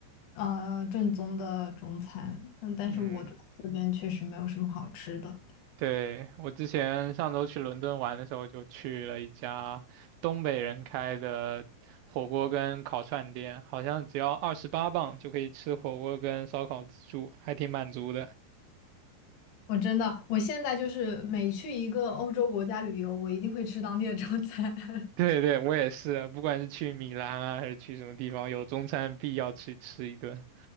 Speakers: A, on the left; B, on the right.
A: 呃，正宗的中餐。嗯，但是我这这边确实没有什么好吃的。
B: 嗯，对，我之前上周去伦敦玩的时候，就去了一家东北人开的火锅跟烤串店，好像只要二十八磅就可以吃火锅跟烧烤自助，还挺满足的。<laughs>
A: 我真的，我现在就是每去一个欧洲国家旅游，我一定会吃当地的中餐。<laughs>
B: 对对，我也是，不管是去米兰啊，还是去什么地方，有中餐必要去吃一顿。